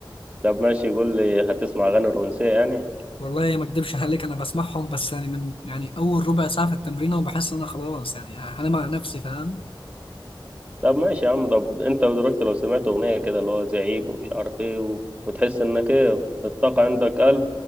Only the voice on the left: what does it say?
والله ما اكدبش عليك انا بسمعهم بس يعني من يعني اول ربع ساعه في التمرين وبحس ان انا خلاص يعني هنام على نفسي فاهم